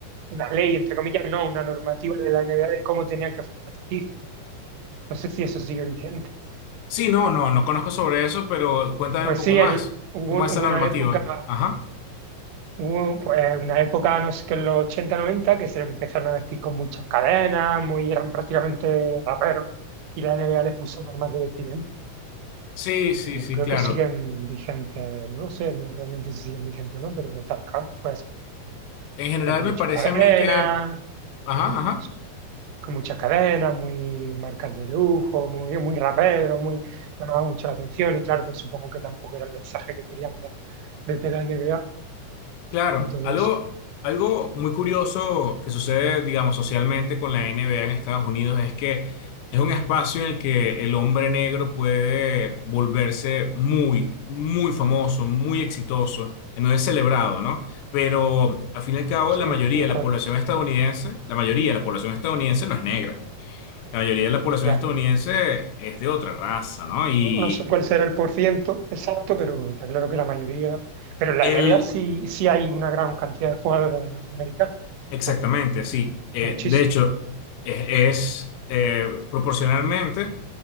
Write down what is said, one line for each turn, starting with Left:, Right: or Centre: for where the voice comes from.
Right: una ley, entre comillas, no, una normativa de la NBA de cómo tenían que vestir. No sé si eso sigue vigente.
Left: Sí, no, no, no conozco sobre eso, pero cuéntame
Right: Pues
Left: un poco
Right: sí,
Left: más.
Right: el- hubo,
Left: ¿Cómo es
Right: hubo
Left: esa normativa?
Right: una época,
Left: Ajá.
Right: hubo pues una época, no sé qué, en los 80, 90, que se empezaron a vestir con muchas cadenas, muy, eran prácticamente raperos, y la NBA les puso normas de vestir
Left: Sí, sí,
Right: Yo
Left: sí,
Right: creo
Left: claro.
Right: que siguen vigentes, no sé realmente si siguen vigentes o no, pero Talcam fue así.
Left: En general
Right: Eran con
Left: me
Right: muchas
Left: parece
Right: cadenas,
Left: a mí que... Ajá,
Right: entonces,
Left: ajá.
Right: con muchas cadenas, muy marcas de lujo, muy, muy raperos, muy, llamaban mucho la atención y claro, pues supongo que tampoco era el mensaje que querían dar desde la NBA
Left: Claro,
Right: y todo
Left: algo,
Right: eso.
Left: algo muy curioso que sucede, digamos, socialmente con la NBA en Estados Unidos es que es un espacio en el que el hombre negro puede volverse muy, muy famoso, muy exitoso, que no es celebrado, ¿no? Pero al fin y al cabo,
Right: Sí,
Left: la mayoría
Right: tal
Left: de
Right: cual,
Left: la población estadounidense, la mayoría de la población estadounidense no es negra. La mayoría de la población
Right: ya.
Left: estadounidense es de otra raza, ¿no? Y
Right: No sé cuál será el porciento exacto, pero está claro que la mayoría, pero en la
Left: el
Right: NBA sí, sí hay una gran cantidad de jugadores afroamericanos,
Left: Exactamente,
Right: o
Left: sí. Eh,
Right: muchísimos.
Left: de hecho, e- es, eh, proporcionalmente,